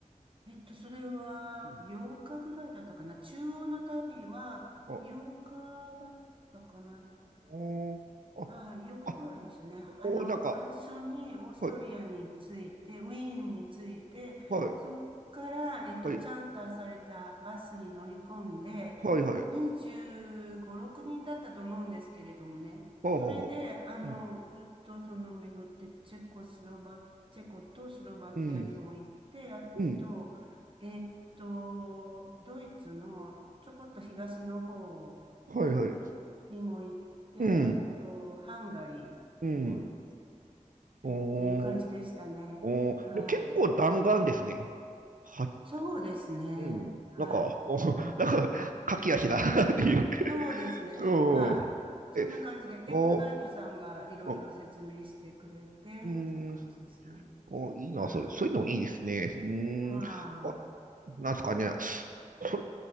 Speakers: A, on the right; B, on the right.
A: えっと、それは8日ぐらいだったかな。
B: うん。
A: 中央の旅は8日だったかな。
B: あ、おーあ、
A: はい、8日ぐらいでしたね。
B: あ、
A: あの、
B: おー、なんか、
A: 最初にオーストリアについて、
B: はい、
A: ウィーンについて、
B: はい、
A: そっから、えっと、
B: はい、
A: チャーターされたバスに乗り込んで、
B: はい、はい、
A: 25、6人だったと思うんですけれどもね。
B: ほうほうほううん。
A: それで、あの、ずっとその巡って、チェコスロバ、チェコとスロバキアにも行って、
B: う。ん、
A: あと、
B: うん、
A: えっと、ドイツのちょこっと東の方
B: はい、はい、
A: にも行って、
B: うん、
A: あと、ハンガリーにも行っ
B: うん。
A: てっていう感じでしたね。
B: おー、おー、
A: はい。
B: でも結構弾丸ですね。は、
A: そうですね。
B: うん、
A: はい。
B: なんか、お、<laughs> なんか、駆け足だなっていう。
A: そうですね。
B: うん。
A: はい。そんな感じで。
B: え、
A: で、
B: お
A: カイトさんがいろいろ説明してくれてっていう感じですね。
B: お、うん。お、いいな、
A: は
B: それ。そういうのもいいですね。うーん。
A: い。はい。
B: あ、なんですかね。それ、